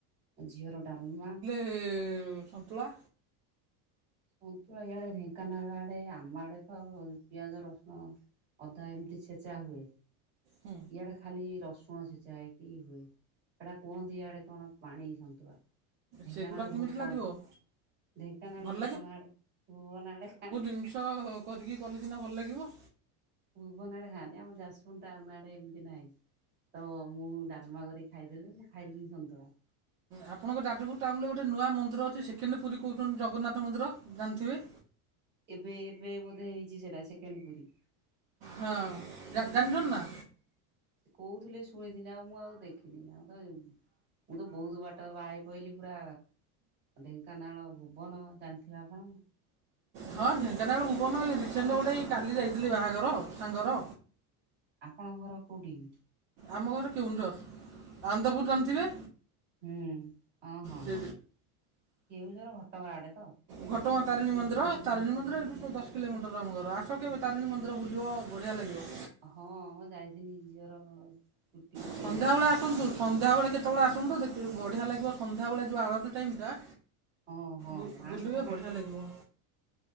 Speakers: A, on the right; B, on the right.
A: ଝିଅର ଡାଲମା
B: ଏ ସନ୍ତୁଳା
A: ସନ୍ତୁଳା ଇଆଡେ ଢେଙ୍କାନାଳ ଆଡେ ଆମ ଆଡେ ତ ପିଆଜ ରସୁଣ ଅଦା ଏମ୍ତି ଛେଚା ହୁଏ।
B: ହୁଁ।
A: ଇଆଡେ ଖାଲି ରସୁଣ ଛେଚା ହେଇକି ହୁଏ। ସେଟା କୁହନ୍ତି ଇଆଡେ କଣ ପାଣି ସନ୍ତୁଳା। ଢେଙ୍କାନାଳ
B: ସେଗୁଡ଼ା କେମିତି
A: ଭୁପନ,
B: ଲାଗିବ
A: ଢେଙ୍କାନାଳ
B: ଭଲ
A: ଭୁପନ ଆଡେ ଭୁବନ ଆଡେ <inaudible>
B: ମୁସ ହୋ ହୋ କରିକି କଲେ ସିନା ଭଲ ଲାଗିବ।
A: ଭୁବନ ଆଡେ ଖାଆନ୍ତି। ଆମ ଯାଜ୍ ପୁରୁ ଟାଉନ୍ ଆଡେ ଏମିତି ନାଇଁ। ତ ମୁଁ ଡାଲ୍‌ମା କରିକି ଖାଇଦେଲି, ମୁଁ ଖାଇଲିିନି ସନ୍ତୁଳା।
B: ଆପଣଙ୍କ ଯାଜପୁର ଟାଉନ୍ ରେ ଗୋଟେ ନୂଆ ମନ୍ଦିର ଅଛି, ସେକେଣ୍ଡେ ପୁରୀ କହୁଛନ୍ତି, ଜଗନ୍ନାଥ ମନ୍ଦିର ଜାଣିଥିବେ?
A: ଏବେ ଏବେ ବୋଧେ ହେଇଚି ସେଟା, ସେକେଣ୍ଡ ପୁରୀ।
B: ହଁ ଜାନିଛନା?
A: କହୁଥିଲେ ଶୁଣିଥିନି ଆଉ ମୁଁ ଆଉ ଦେଖିନି ଆଉ ତ ଯୋଉ ମୁଁ ତ ବହୁତ ବାଟ ବାହା ହେଇ ପଇଲିି ପୁରା ଢେଙ୍କାନାଳ ଭୁବନ ଜାଣିଥିବେ ଆପଣ?
B: ହଁ ଢେଙ୍କାନାଳ ଭୁବନ ଏଇ ରିସେଣ୍ଟ ଗୋଟେ ଇ କାଲି ଯାଇଥିଲି ବାହାଘର ସାଙ୍ଗର।
A: ଆପଣଙ୍କ ଘର କୋଉଠି କି?
B: ଆମ ଘର କେଉଁଝର। ଆନନ୍ଦପୁର ଜାଣିଥିବେ?
A: ହୁଁ ହଁ ହଁ
B: ସେ
A: ହଁ କେଉଁଝର ଘଟଗାଁ ଆଡେ ତ?
B: ଘଟଗାଁ ତାରିଣୀ ମନ୍ଦିର ତାରିଣୀ ମନ୍ଦିର ଏଇଠୁୁ ଦଶ କିଲୋମିଟର ଆମ ଘର ଆସ କେବେ ତାରିଣୀ ମନ୍ଦିର ବୁଲିବ ବଢ଼ିଆ ଲାଗିବ।
A: ହଁ ମୁଁ ଯାଇଥିନି ଝିଅର ଚୁଟି ପକେଇବାକୁ
B: ସନ୍ଧ୍ୟାବଳେ
A: ଯାଇଥିଲି।
B: ଆସନ୍ତୁ ସନ୍ଧ୍ୟାବଳେ କେତବଳେ ଆସନ୍ତୁ ଦେଖିବେ ବଢ଼ିଆ ଲାଗିବ ସନ୍ଧ୍ୟାବଳେ ଯୋଉ ଆଳତି ଟାଇମ ଟା
A: ହଁ ହଁ
B: ବୁ-
A: ମାଆଙ୍କ
B: ବୁଲିବେ
A: ପାଖରେ
B: ବଢ଼ିଆ
A: ତ
B: ଲାଗିବ।